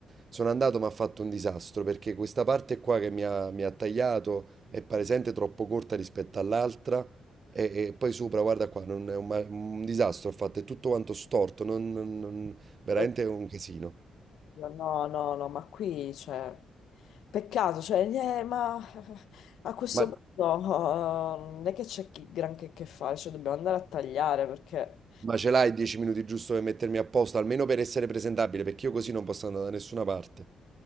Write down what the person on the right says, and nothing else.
Sono andato, ma ha fatto un disastro perché questa parte qua che mi ha, mi ha tagliato è palesemente troppo corta rispetto all'altra e, e poi sopra, guarda qua, non è un, ma- un disastro, ho fatto è tutto quanto storto, non- non- non- veramente
è un casino.
Ma,
ma ce l'hai 10 minuti giusto per mettermi a posto, almeno per essere presentabile, perché io così non posso andare da nessuna parte.